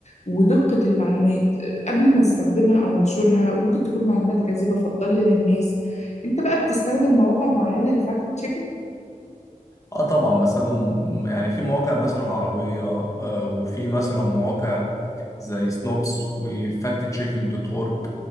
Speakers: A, on the left; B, on the left.
A: ودقة المعلومات آه، قبل ما استخدمها أو أنشرها وممكن تكون معلومات كاذبة فتضلل الناس أنت بقى بتستخدم مواقع معينة للفاكت تشيكينج
B: اه طبعا بستخدم يعني في مواقع مثلا عربية آه وفي مثلا مواقع زي سنوبس وفاكت تشيكينج دوت اورج